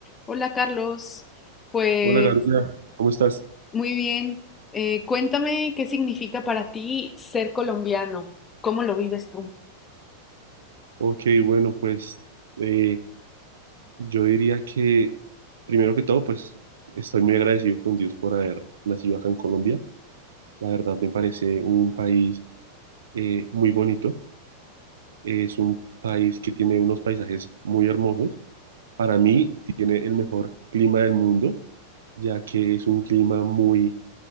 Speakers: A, on the left (about 20°); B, on the right (about 65°).
A: Hola Carlos, pues
B: Hola Gabriela, ¿cómo estás?
A: muy bien. Eh, cuéntame qué significa para ti ser colombiano, cómo lo vives tú.
B: Ok, bueno, pues eh, yo diría que primero que todo, pues estoy muy agradecido con Dios por haber nacido acá en Colombia. La verdad me parece un país eh, muy bonito. Es un país que tiene unos paisajes muy hermosos. Para mí tiene el mejor clima del mundo, ya que es un clima muy